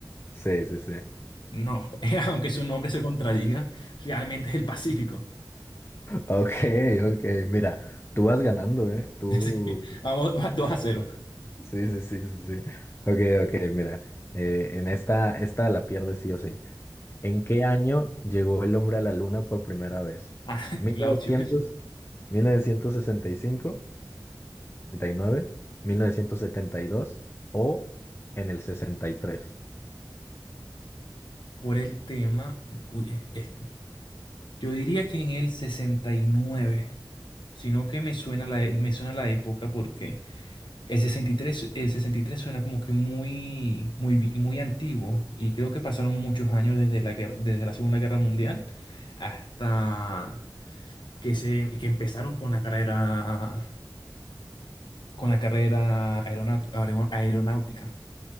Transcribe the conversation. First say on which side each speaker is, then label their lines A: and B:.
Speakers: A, on the left; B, on the left.
A: Sí, sí, sí.
B: No, <laughs> aunque su nombre se contradiga, realmente es el Pacífico.
A: Ok, ok, mira, tú vas ganando, ¿eh? Tú...
B: <laughs> Sí, vamos va- dos a 0.
A: Sí, sí, sí, sí, sí. Ok, ok, mira, eh, en esta, esta la pierdes sí o sí. ¿En qué año llegó el hombre a la luna por primera vez?
B: Ah, <laughs>
A: Mil
B: Las
A: mil
B: opciones
A: mil mil novecientos, novecientos novecientos sesenta sesenta y y cinco, nueve, mil novecientos setenta y dos o en el 63.
B: por el tema, uy, es- yo diría que en el 69, sino que me suena la, e- me suena la época porque el sesenta y tres el sesenta y tres suena como que muy, muy, vi- muy antiguo y creo que pasaron muchos años desde la guer- desde la Segunda Guerra Mundial hasta que se, que empezaron con la carrera Con la carrera aeronaut- aeron- aeronáutica.